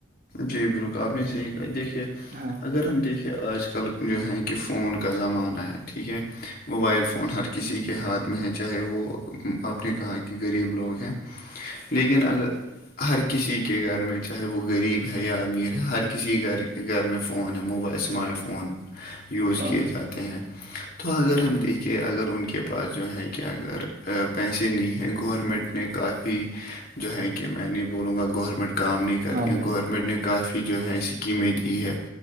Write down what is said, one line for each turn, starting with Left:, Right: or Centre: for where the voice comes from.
Left: جی بالکل آپ نے صحیح کہا دیکھیے
Right: ہاں
Left: اگر ہم دیکھیے کہ آج کل جو ہے کہ فون کا زمانہ ہے ٹھیک ہے موبائل فون ہر کسی کے ہاتھ میں ہے چاہے وہ آپ نے کہا کہ غریب لوگ ہیں لیکن اگر ہر کسی کے گھر میں چاہے وہ غریب ہو یا امیر ہے ہر کسی گھر گھر میں فون ہے موبائل سمارٹ فون یوز
Right: ہاں
Left: کیے
Right: بھائی
Left: جاتے ہیں تو اگر ہم دیکھیں اگر ان کے پاس جو ہے کہ اگر پیسے نہیں ہیں گورنمنٹ نے کافی جو ہے کہ میں نہیں بولوں گا گورنمنٹ کام نہیں کرتی
Right: ہاں بھائی
Left: گورننٹ گورمنٹ نے کافی جو ہے اسکیمیں دی ہے